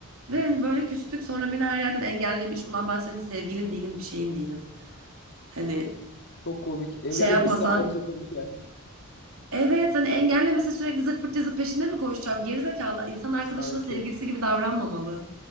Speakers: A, on the right; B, on the left.
A: Ve hani böyle küstük sonra beni her yerden engellemiş. Ulan ben senin sevgilin değilim bir şeyin değilim. Hani
B: Çok komik. Engellemesi
A: şey yapmasan
B: de ayrıca komik yani.
A: Evet hani engellemese sürekli zırt pırt yazıp peşinde mi koşacağım? Gerizekalı. İnsan
B: Evet,
A: arkadaşına
B: Sanki.
A: sevgilisi gibi davranmamalı.